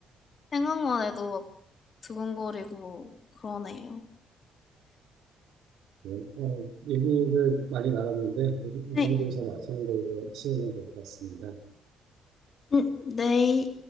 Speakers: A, on the left; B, on the right.
A: 생각만 해도 막 두근거리고 그러네요.
B: 네. 어, 얘기를 많이 나눴는데 이
A: 네,
B: 정도에서 마치는 걸로 하시면 될 것 같습니다.
A: 음, 네.